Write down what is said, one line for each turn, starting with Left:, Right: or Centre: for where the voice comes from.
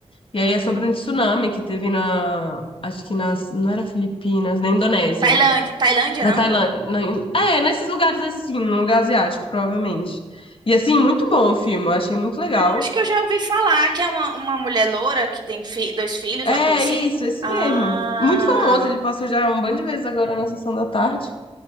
Left: E
Right: Hum.
Left: aí é sobre um tsunami que teve na. Acho que nas. Não era Filipinas, na Indonésia.
Right: Tailândia, Tailândia,
Left: Na
Right: não?
Left: Tailândia.
Right: Eu
Left: na In- é, nesses lugares assim, no lugar asiático, provavelmente. E assim, muito bom o filme. Eu achei muito legal.
Right: Acho que eu já ouvi falar que é uma, uma mulher loura que tem fi- dois filhos,
Left: É
Right: uma coisa assim.
Left: isso, esse
Right: Ah,
Left: mesmo. Muito famoso, ele passou já um bando de vezes agora na sessão da tarde.